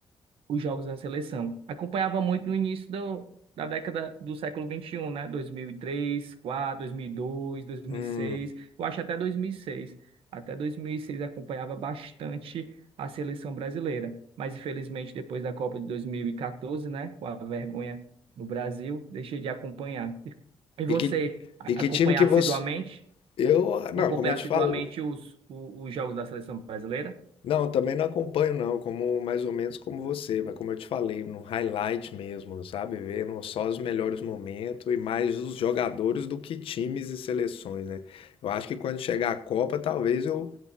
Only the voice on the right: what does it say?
os jogos da seleção. Acompanhava muito no início do- da década do século vinte e um, né? Dois dois dois, mil mil e e três, quatro, dois mil e dois, dois mil
e seis. eu acho até 2006, Até 2006 acompanhava bastante a seleção brasileira, mas infelizmente depois da Copa de 2014, né? Com a vergonha no Brasil, deixei de acompanhar. E e você
a-
acompanhar
assiduamente?
acompanhar
assiduamente
os, o- os jogos da seleção brasileira.